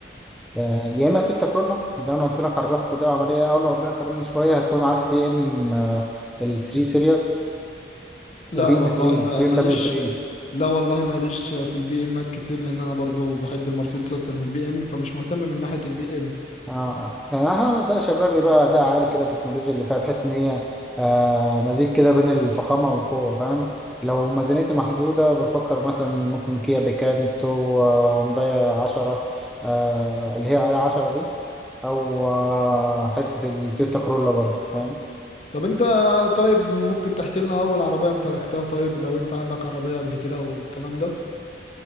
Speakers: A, in the centre; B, on the left.
A: آه، يا إما تويوتا كرولا زي ما أنا قلت لك عربية اقتصادية وعملية أو لو ربنا كرمني شوية هتكون عارف بي إم آه، ال 3 سيريس
B: لا
A: بي
B: والله
A: ام 3
B: ما
A: بي
B: ماليش
A: ام دبليو 3
B: لا والله ماليش في البي امات كتير لان انا برضو بحب المرسيدس اكتر من البي ام فمش مهتم من ناحية البي ام
A: اه آه. يعني اه ده شبابي بقى ده عالي كده التكنولوجيا اللي فيها تحس ان هي آه مزيج كده بين الفخامه والقوه فاهم لو ميزانيتي محدوده بفكر مثلا ممكن كيا بيكانتو آه هونداي 10 آه اللي هي اي 10 دي او آه حته التويوتا كرولا برضو فاهم
B: طب انت طيب ممكن تحكي لنا اول عربية امتلكتها طيب لو انت عندك عربية قبل كده والكلام ده